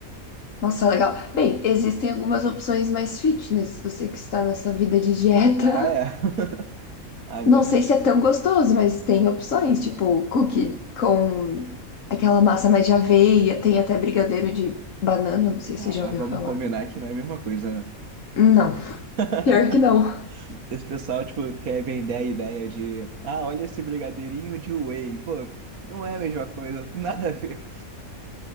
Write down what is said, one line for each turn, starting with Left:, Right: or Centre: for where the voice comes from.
Left: nossa,
Right: Eu sou-
Left: legal. Bem, existem algumas opções mais fitness, você que está nessa vida de dieta.
Right: Ah, é. <laughs> Agora
Left: Não sei
Right: tem
Left: se
Right: que.
Left: é tão gostoso, mas tem opções, tipo cookie com aquela massa mais de aveia, tem até brigadeiro de banana, não sei
Right: Ah,
Left: se você já
Right: mas
Left: ouviu
Right: vamos
Left: falar.
Right: combinar que não é a mesma coisa, né?
Left: Não,
Right: <laughs>
Left: pior que não.
Right: Esse pessoal, tipo, quer vender a ideia de, ah, olha esse brigadeirinho de whey. Pô, não é a mesma coisa, <laughs> nada a ver.